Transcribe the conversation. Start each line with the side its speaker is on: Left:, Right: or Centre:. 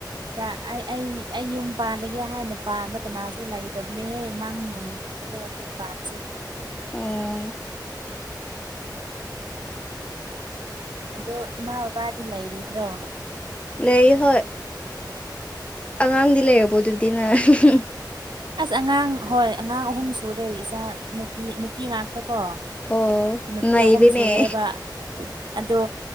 Right: ꯗꯥ ꯑꯩ ꯑꯩ ꯑꯩ ꯌꯨꯝ ꯄꯥꯜꯂꯒꯦ ꯍꯥꯢꯅ ꯄꯥꯟꯕ ꯀꯅꯥꯁꯨ ꯂꯩꯇꯕꯅꯍꯦ ꯃꯥꯡꯒꯨꯝ ꯑꯅꯦꯝ ꯌꯨꯝ ꯄꯥꯟꯁꯦ
Left: ꯎꯝ
Right: ꯑꯗꯣ ꯏꯃꯥ ꯕꯕꯥꯗꯤ ꯂꯩꯔꯤꯕ꯭ꯔꯣ
Left: ꯂꯩꯌꯦ ꯍꯣꯢ ꯑꯉꯥꯡꯗꯤ ꯂꯩꯔꯕꯣ ꯑꯗꯨꯗꯤ ꯅꯪ <unintelligible>
Right: ꯑꯁ ꯑꯉꯥꯡ ꯍꯣꯢ ꯑꯉꯥꯡ ꯑꯍꯨꯝ ꯁꯨꯔꯦ ꯏꯆꯥ ꯅꯨꯄꯤ ꯅꯨꯄꯤ ꯉꯥꯛꯇ ꯀꯣ
Left: ꯑꯣ
Right: ꯅꯨꯄꯤ
Left: ꯅꯩꯔꯦꯅꯦ
Right: ꯑꯍꯨꯝ ꯁꯨꯔꯦꯕ ꯑꯗꯣ